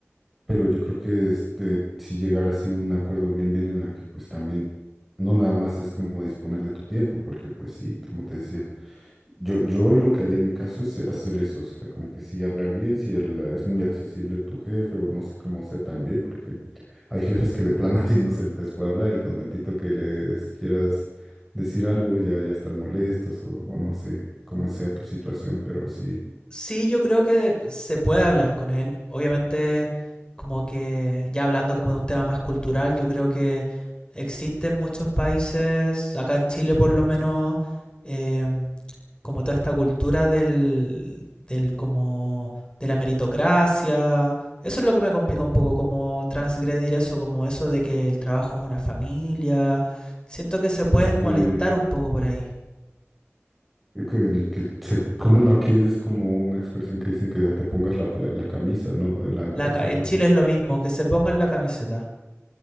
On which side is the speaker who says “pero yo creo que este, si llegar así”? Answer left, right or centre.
Centre